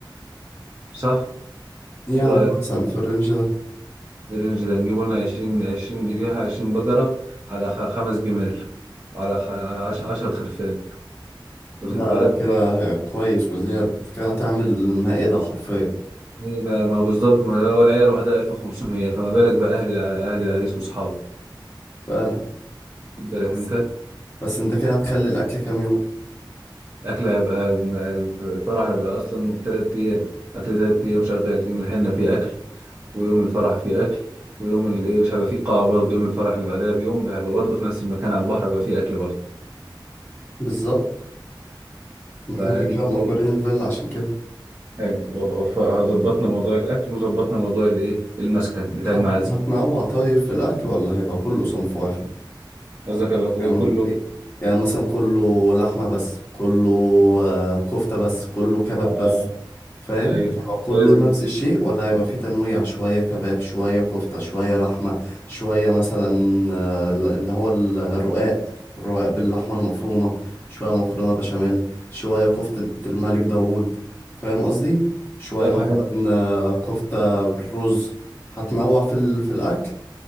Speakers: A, on the right; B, on the left.
A: صح
B: يعني
A: إيه رايك
B: مثلا في الرينج ده
A: الرينج ده نجيبه لنا عشرين عشرين ذبيحه عشرين بقره على خ- خمس جمال على خ... على عش... عشر خرفان واخد
B: ده
A: بالك
B: كده كويس وزياده انت كده هتعمل مائده حرفيا
A: هي ما ما هو بالظبط ما هو العيله الواحده 1500 فما بالك بقى اهل الع... اهل العريس واصحابه
B: فعلا
A: واخد بالك
B: بس
A: انت
B: بس انت كده هتخلي الاكل كام يوم
A: الأكل هيبقى الفرح هيبقى أصلا تلات أيام أكل تلات أيام شغال يوم الحنة فيه أكل ويوم الفرح فيه أكل ويوم اللي مش هيبقى فيه قاعة برضه يوم الفرح اللي بعدها بيوم هيبقى برضه في نفس المكان على البحر هيبقى فيه أكل برضه
B: بالظبط ما احنا
A: فدي
B: كده كده
A: كده
B: مأجورين
A: إيه،
B: الفيلا عشان كده
A: حلو وف- ظبطنا موضوع الأكل وظبطنا موضوع الإيه المسكن بتاع
B: هت-
A: المعازيم
B: هتنوع طيب في الأكل ولا هيبقى كله صنف واحد
A: قصدك هيبقى كله
B: يعني
A: كله،
B: يعني مثلا كله لحمة بس كله آه، كفتة بس كله كباب
A: آه،
B: بس فاهم
A: أيوه
B: هيبقى كله
A: لازم
B: نفس الشيء ولا هيبقى فيه تنويع شوية كباب شوية كفتة شوية لحمة شوية مثلا آه، اللي هو الرقاق الرقاق باللحمة المفرومة شوية مكرونة بشاميل شوية كفتة الملك داوود فاهم قصدي شوية
A: إضافة
B: مثلا
A: حلوة
B: آه، كفتة بالرز هتنوع في ال- في الأكل